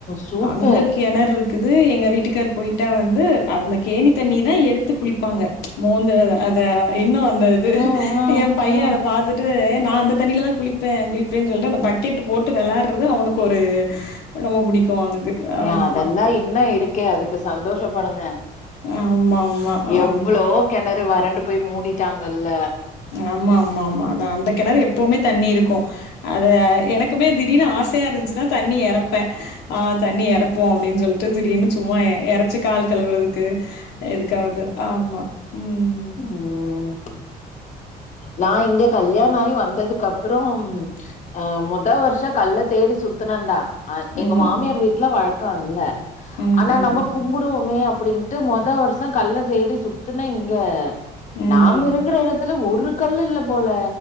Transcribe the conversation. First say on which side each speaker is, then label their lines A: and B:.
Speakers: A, on the left; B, on the left.
A: சூப்பர்
B: அங்க கெணறு இருக் குது எங்க வீட்டுக்கார் போயிட்டா வந்து அந்த கேணி தண்ணி தா எடுத்து குளிப்பாங்க மோந்து அத இன்னு அந்த இது
A: ம் ம்
B: ஏ பைய
A: ம்
B: அத பாத்துட்டு ஏ நா அந்த தண்ணில தா குளிப்பே குளிப்பேன்னு சொல்ட்டு அந்த பக்கெட் போட்டு வெளையாட்றது அவனுக்கு ஒரு ரொம்ப புடிக்கு அவனுக்கு
A: ஏ
B: ஆமா.
A: அதெல்லா இன்னு இருக்கே அதுக்கு சந்தோஷப்படுங்க
B: ஆமா ஆமா ஆமா
A: எவ்ளோ கெணறு வறண்டு போய் மூடிட்டாங்கல்ல
B: ஆமா ஆமாமா அதா அந்த கெணறு எப்போமே தண்ணி இருக்கு அது எனக்குமே திடீர்னு ஆசையா இருந்துச்சுன்னா தண்ணி எறப்பே ஆ தண்ணி எறப்போ அப்டின்னு சொல்ட்டு திடீர்னு சும்மா எறச்சி கால் கழுவுறதுக்கு எதுக்காவது ஆமா ம்
A: ம் நா இங்க கல்யாணாயி வந்ததுக்கப்புறம் ஆ மொத வருஷ கல்ல தேடி சுத்துனண்டா ஆ எங்க
B: ம்.
A: மாமியார் வீட்ல வழக்கோ இல்ல
B: ம்.
A: ஆனா
B: ம்.
A: நம்ம
B: ம்.
A: கும்புடுவோமே அப்டின் ட்டு மொத வருஷ கல்ல சடி சுத்துன இங்க
B: ம்.
A: நாம இருக்குற எடத்து ல ஒரு கல் இல்ல போல